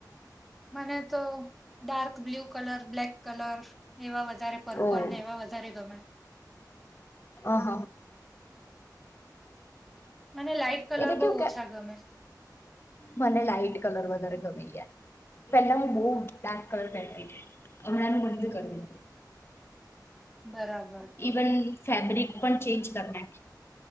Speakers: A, in the centre; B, on the left.
A: મને તો dark blue colour black colour એવા વધારે પર્પલ
B: ઓહ
A: ને એવા વધારે ગમે.
B: અ હ
A: મને લાઈટ કલર
B: એટલે કેવું
A: બોહુ
B: કે
A: ઓછા ગમે.
B: મને લાઈટ કલર વધારે ગમે યા પેલા હું બોહુ ડાર્ક કલર પહેરતી તી હમણાં મેં બંધ કરી દીધું.
A: બરાબર
B: ઇવન ફેબ્રિક પણ ચેન્જ કર નાખ